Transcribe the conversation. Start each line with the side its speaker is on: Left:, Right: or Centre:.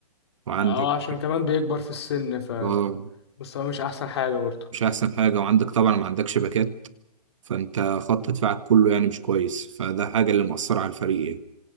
Right: وعندك
Left: اه عشان كمان بيكبر في السن ف
Right: اه
Left: بس هو مش احسن حاجة برضه
Right: مش احسن حاجه وعندك طبعا ما عندكش باكات فانت خط دفاعك كله يعني مش كويس فده حاجه اللي مؤثره على الفريق يعني